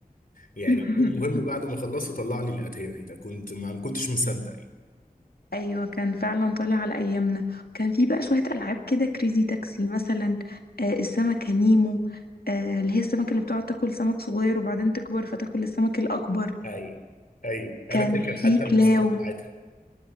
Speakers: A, on the left; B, on the left.
A: يعني
B: <laughs>
A: ومهم بعد ما خلصت طلع لي الاتاري ده كنت ما ما كنتش مصدق يعني
B: ايوه كان فعلا طالع على ايامنا كان في بقى شويه العاب كده كريزي تاكسي مثلا آه السمكه نيمو آه اللي هي السمكه اللي بتقعد تاكل سمك صغير وبعدين تكبر فتاكل السمك الاكبر
A: ايوه ايوه انا
B: كان
A: فاكر حتى
B: في كلاو
A: الموسيقى بتاعتها